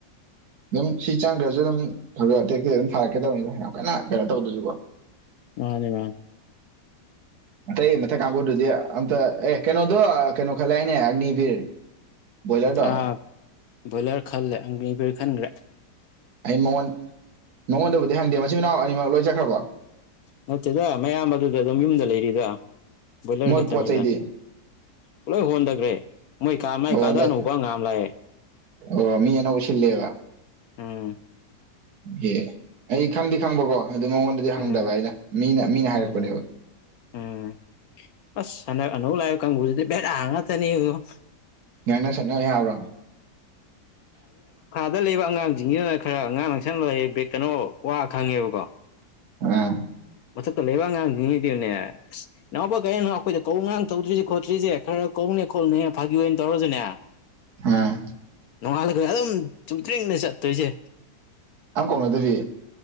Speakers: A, on the right (about 65°); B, on the left (about 70°).
A: ꯗꯨꯝ ꯁꯤ ꯆꯪꯒ꯭ꯔꯁꯨ ꯑꯗꯨꯝ ꯈꯒ ꯇꯦꯛ ꯇꯦꯛ ꯑꯗꯨꯝ ꯊꯥꯔꯛꯀꯦ ꯇꯧꯕꯅꯤꯗ ꯌꯥꯝ ꯀꯟꯅ ꯀꯩꯅꯣ ꯇꯧꯗ꯭ꯔꯁꯨꯀꯣ
B: ꯃꯥꯅꯦ ꯃꯥꯅꯦ
A: ꯇꯩ ꯃꯊꯛ ꯀꯥꯡꯕꯨꯗꯨꯗꯤ ꯑꯝꯇ ꯑꯦ ꯀꯩꯅꯣꯗꯣ ꯀꯩꯅꯣ ꯈꯜꯂꯦ ꯍꯥꯏꯅꯦ ꯑꯒꯅꯤꯕꯤꯔ ꯕꯣꯏꯂꯔꯗꯣ
B: ꯑꯥ ꯕꯣꯏꯂꯔ ꯈꯜꯂꯦ ꯑꯒꯅꯤꯚꯤꯔ ꯈꯟꯒ꯭ꯔꯦ
A: ꯑꯩ ꯃꯉꯣꯟ ꯃꯉꯣꯟꯗꯕꯨꯗꯤ ꯍꯪꯗꯦ ꯃꯆꯤꯟ ꯃꯅꯥꯎ ꯑꯅꯤꯃꯛ ꯂꯣꯏ ꯆꯈ꯭ꯔꯕꯣ
B: ꯅꯠꯇꯦꯗ ꯃꯌꯥꯝꯕꯗꯨꯗ ꯑꯗꯨꯝ ꯌꯨꯝꯗ ꯂꯩꯔꯤꯗ ꯕꯣꯏꯂꯔ
A: ꯃꯣꯏ
B: ꯈꯠꯇꯅꯤꯗ
A: ꯄꯣꯠ ꯆꯩꯗꯤ
B: ꯄꯨꯂꯣꯏ ꯍꯣꯟꯊꯒ꯭ꯔꯦ ꯃꯣꯏ ꯀꯥ ꯃꯥꯏ
A: ꯑꯣ
B: ꯀꯥꯗ
A: ꯂꯩ
B: ꯑꯅꯧꯕ ꯑꯉꯥꯝ ꯂꯥꯛꯑꯦ
A: ꯑꯣ ꯃꯤ ꯑꯅꯧꯕ ꯁꯤꯜꯂꯦꯕ
B: ꯑꯝ
A: ꯍꯦ ꯑꯩ ꯈꯪꯗꯤ ꯈꯪꯕꯀꯣ ꯑꯗꯨ ꯃꯉꯣꯟꯗꯗꯤ ꯍꯪꯗꯕ
B: ꯎꯝ
A: ꯑꯩꯅ ꯃꯤꯅ ꯃꯤꯅ
B: ꯎꯝ
A: ꯍꯥꯏꯔꯛꯄꯅꯦꯕ
B: ꯎꯝ ꯑꯁ ꯍꯟꯗꯛ ꯑꯅꯧ ꯂꯥꯛꯏ ꯀꯥꯡꯕꯨꯁꯤꯗꯤ ꯕꯦꯔꯥ ꯉꯥꯠꯇꯅꯤ <unintelligible>
A: ꯉꯥꯡꯅ ꯁꯛꯅ ꯌꯥꯕ꯭ꯔꯥ
B: ꯗ ꯂꯩꯕ ꯑꯉꯥꯡꯖꯤꯡꯖꯤꯅ ꯈꯔ ꯉꯥꯡꯅ ꯁꯛꯅ ꯌꯥꯏ ꯕꯦ ꯀꯩꯅꯣ ꯋꯥ ꯈꯪꯉꯦꯕꯀꯣ
A: ꯑꯝ
B: ꯃꯊꯛꯇ ꯂꯩꯕ ꯑꯉꯥꯡꯖꯤꯡꯖꯤꯗꯤꯅꯦ ꯑꯁ ꯏꯅꯥꯎꯕ ꯀꯩꯅꯣ ꯑꯩꯈꯣꯏꯗ ꯀꯧ ꯉꯥꯡ ꯇꯧꯗ꯭ꯔꯤꯁꯦ ꯈꯣꯠꯇ꯭ꯔꯤꯁꯦ ꯈꯔ ꯈꯔ ꯀꯧ ꯀꯧꯅꯦ ꯈꯣꯠꯂꯨꯅꯦ ꯐꯥꯒꯤ ꯑꯣꯏꯅ ꯇꯧꯔꯖꯨꯅꯦ
A: ꯑꯥ
B: ꯅꯣꯡꯉꯥꯜꯂꯒ ꯑꯗꯨꯝ ꯆꯨꯞꯗ꯭ꯔꯤꯡꯅ ꯆꯠꯇꯣꯏꯖꯦ
A: ꯑꯝ ꯀꯧꯅꯗꯕꯤ